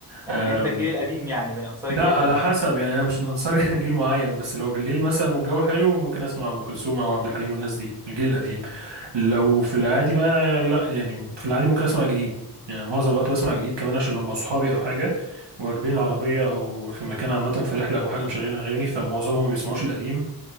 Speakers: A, in the centre; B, on the right.
A: يعني
B: آه
A: انت الجيل القديم يعني من انصار الجيل
B: لا على
A: القديم
B: حسب يعني انا مش من انصار <laughs> جيل معين بس لو بالليل مثلا والجو حلو ممكن اسمع ام كلثوم او عبد الحليم والناس دي الجيل القديم لو في العادي بقى لا يعني في العادي ممكن اسمع جديد يعني معظم الوقت بسمع جديد كمان عشان لو مع صحابي او حاجة وراكبين العربية او في مكان عامة في رحلة او حاجة مشغلين اغاني فمعظمهم ما بيسمعوش القديم